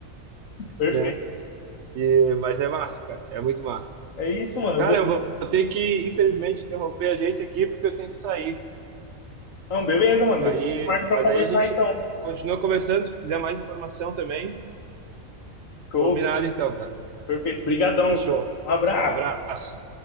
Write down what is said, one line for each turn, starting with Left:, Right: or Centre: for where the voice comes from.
Left: Perfeito.
Right: né? E, mas é massa, cara, é muito massa.
Left: É isso, mano.
Right: Cara,
Left: Eu vou.
Right: eu vou vou ter que, infelizmente, interromper a gente aqui porque eu tenho que sair.
Left: Não, beleza, mano.
Right: Aí,
Left: Depois marca pra
Right: mas
Left: conversar
Right: aí a gente
Left: então.
Right: continua conversando, se quiser mais informação também.
Left: Show.
Right: Combinado então, cara.
Left: Perfeito. Brigadão,
Right: Fechou.
Left: viu? Um abraço.
Right: Abraço.